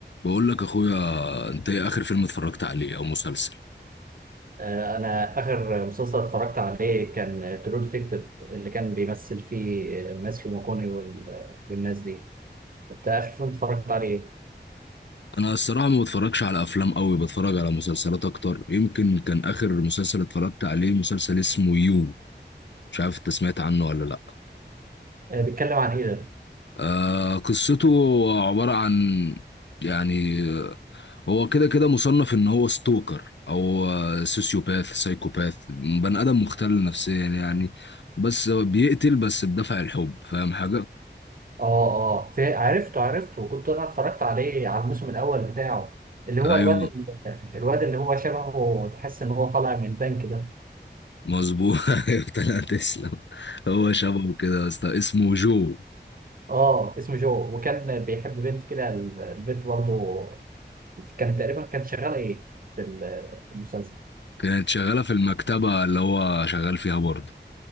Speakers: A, on the left; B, on the right.
A: بقول لك اخويا انت ايه اخر فيلم اتفرجت عليه او مسلسل
B: آه، انا اخر مسلسل اتفرجت عليه كان ترو ديتكتيف اللي كان بيمثل فيه آه، ماثيو ماكوني وال- والناس دي انت اخر فيلم اتفرجت عليه إيه؟
A: انا الصراحه ما بتفرجش على افلام قوي بتفرج على مسلسلات اكتر يمكن كان اخر مسلسل اتفرجت عليه مسلسل اسمه يو مش عارف انت سمعت عنه ولا لا
B: آه، بيتكلم عن ايه ده
A: آه قصته عباره عن يعني آه، هو كده كده مصنف ان هو ستوكر او آه، سوسيوباث سايكوباث بني ادم مختل نفسيا يعني بس بيقتل بس بدافع الحب فاهم حاجه
B: اه اه في عرفته عرفته وكنت انا اتفرجت عليه على الموسم الاول بتاعه اللي هو
A: ايوه
B: الواد ال- الواد اللي هو شبهه تحس ان هو طالع من بنك ده
A: مظبوط <laughs> ايوه طلعت تسلم هو شبهه كده يا اسطى اسمه جو
B: اه اسمه جو وكان بيحب بنت كده البنت برضه كانت تقريبا كانت شغاله ايه في ال- في المسلسل
A: كانت شغاله في المكتبه اللي هو شغال فيها برضه